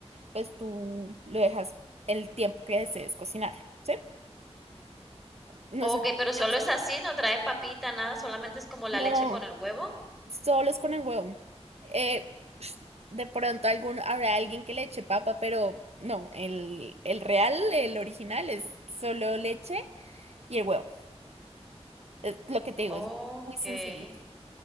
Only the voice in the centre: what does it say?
Okey,
pero solo
es así, no trae papita, nada, solamente es como la
leche con el huevo.
Okey.